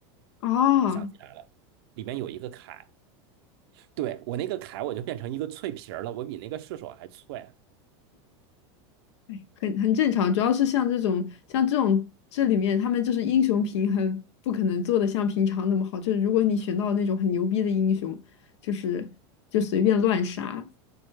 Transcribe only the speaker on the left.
啊。
哎，很很正常，主要是像这种像这种这里面，他们就是英雄平衡不可能做的像平常那么好。就是如果你选到那种很牛逼的英雄，就是就随便乱杀